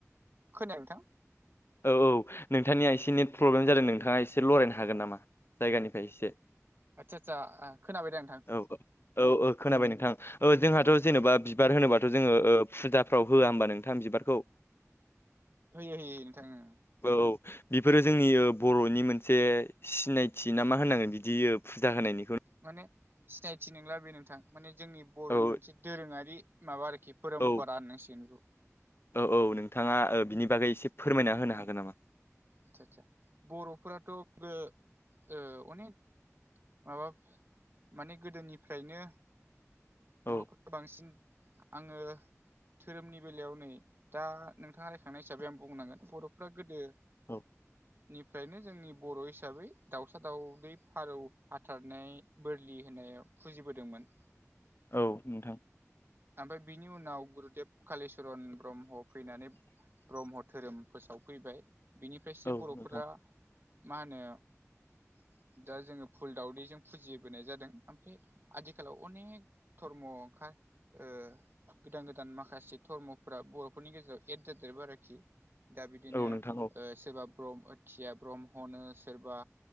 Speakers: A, on the right; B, on the left.
A: खोनाया नोंथां।
B: औ औ नोंथांनिया एसे नेट प्रब्लेम जादों नोंथाङा एसे लरायनो हागोन नामा? जायगानिफ्राय एसे।
A: आदसा आदसा खोनाबाय दं।
B: औ औ औ खोनाबाय नोंथां ओ जोंहाथ' जेनेबा बिबार होनोबाथ' जोङो ओ फुजाफ्राव होआ होमबा नोंथां बिबारखौ।
A: होयो होयो नोंथां ओं
B: औ औ बेफोरो जोंनि बर'नि मोनसे सिनायथि ना मा होनांगोन बिदि। फुजा होनायनिखौ
A: माने सिनायथि नंला बे नोंथां माने जोंनि बर'नि
B: औ
A: मोनसे दोरोङारि माबा आरोखि पोरोम्परा
B: औ
A: होन्नांसिगोन बिखौ।
B: औ औ नोंथाङा ओ बिनि बागै एसे फोरमायना होनो हागोन नामा?
A: आदसा आतसा बर'फोराथ'ओ अनेक माबा माने गोदोनिफ्रायनो
B: औ
A: बर'खौनो बांसिन आङो धोरोमनि बेलायाव नै दा नोंथाङा रायखांनाय हिसाबै आं बुंनांगोन बर'फ्रा गोदो
B: औ।
A: निफ्रायनो जोंनि बर' हिसाबै दाउसा दाउदै फारौ हाथारनाय बोरलि होनायाव फुजिबोदोंमोन।
B: औ नोंथां।
A: ओमफ्राय बिनि उनाव गुरुदेब कालिचरन ब्रह्म फैनानै ब्रह्म धोरोम फोसावफैबाय बिनिफ्रायसो
B: औ
A: बर'फोरा
B: नोंथां
A: मा होनो
B: <inaudible>
A: दा जोङो फुल दावदैजों फुजिबोनाय जादों ओमफ्राय आथिखालाव अनेक धर्म ओंखा ओ गोदान गोदान माखासे धर्मफोरा बर'फोरनि गेजेराव एद जाजेरबाय आरोखि। दा बिदिनो
B: औ नोंथां औ
A: ओ सोरबा ब्रह्म आथिया ब्रह्म हनो सोरबा